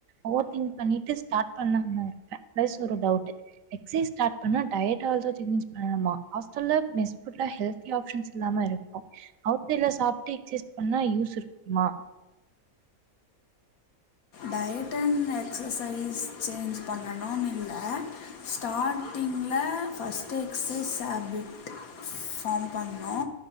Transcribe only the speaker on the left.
டயட்டண் எக்ஸசைஸ் சேஞ்ச் பண்ணணுனில்ல ஸ்டாட்டிங்ல ஃபஸ்ட் எக்சைஸ் ஹேபிட் ஃபாம் பண்ணோ